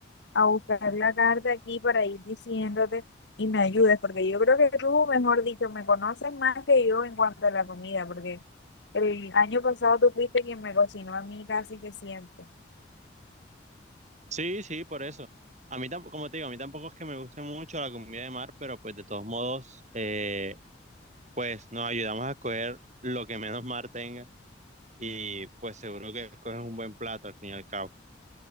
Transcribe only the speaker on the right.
Sí, sí, por eso. A mí tampoco, como te digo, a mí tampoco es que me guste mucho la comida de mar, pero pues de todos modos, eh, pues nos ayudamos a escoger lo que menos mar tenga. y pues seguro que escoges un buen plato al fin y al cabo.